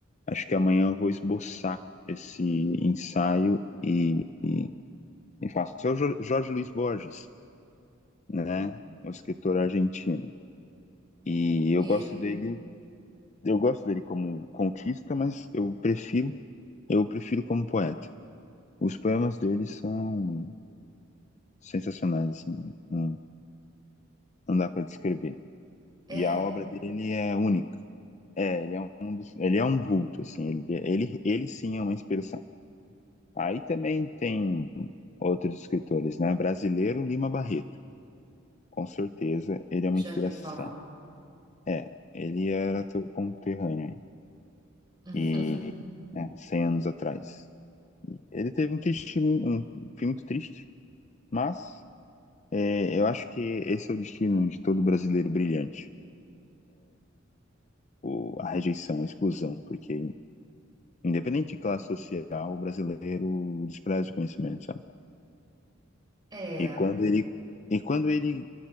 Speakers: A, on the left; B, on the right.
A: acho que amanhã eu vou esboçar esse ensaio e, e, e faço. É o Jo- Jorge Luis Borges, né?
B: Hum.
A: O escritor argentino. E
B: E
A: eu gosto dele, eu gosto dele como contista, mas eu prefiro, eu prefiro como poeta. Os poemas dele são sensacionais, assim. um não dá para descrever.
B: é,
A: E a obra dele é única. É, ele é um, dos- ele é um vulto, assim, ele, ele, ele sim é uma inspiração. Aí também tem outros escritores, né? Brasileiro Lima Barreto, com certeza ele é
B: já
A: uma inspiração.
B: vi falar.
A: É, ele era teu conterrâneo
B: <laughs>
A: e né, 100 anos atrás. Ele teve um, triste, um um fim muito triste, mas é, eu acho que esse é o destino de todo brasileiro brilhante, o, a rejeição, a exclusão, porque Independente de classe social, o brasileiro despreza o conhecimento, sabe?
B: É,
A: E quando ele, e quando ele